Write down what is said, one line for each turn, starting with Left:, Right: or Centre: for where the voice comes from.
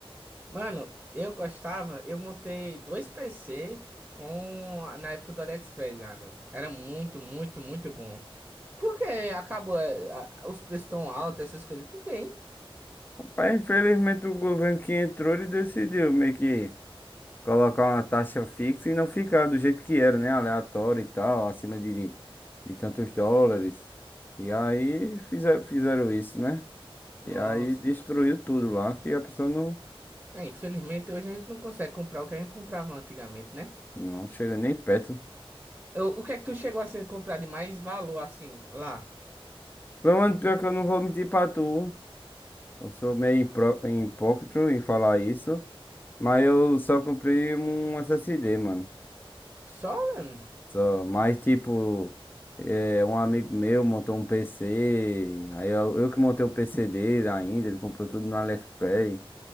Right: Mano, eu gostava, eu montei dois PC com na época do AliExpress já, né? Era muito, muito, muito bom. Por que acabou é, a- os preços tão altos, essas coisas? Por quê, hein?
Left: Mas infelizmente o governo que entrou, ele decidiu meio que colocar uma taxa fixa e não ficar do jeito que era, né? Aleatório e tal, acima de, de tantos dólares. E aí fizeram, fizeram isso, né?
Right: Nossa.
Left: E aí destruiu tudo lá, que a pessoa não.
Right: É, infelizmente hoje a gente não consegue comprar o que a gente comprava antigamente, né?
Left: Não chega nem perto.
Right: O, o que é que tu chegou assim a comprar de mais valor assim lá?
Left: Meu mano, pior que eu não vou mentir pra tu. Eu sou meio impro- hipócrita em falar isso. Mas eu só comprei um SSD, mano.
Right: Só, mano?
Left: Só, mas tipo, é, um amigo meu montou um PC. Aí eu, eu que montei o PC dele ainda, ele comprou tudo no AliExpress.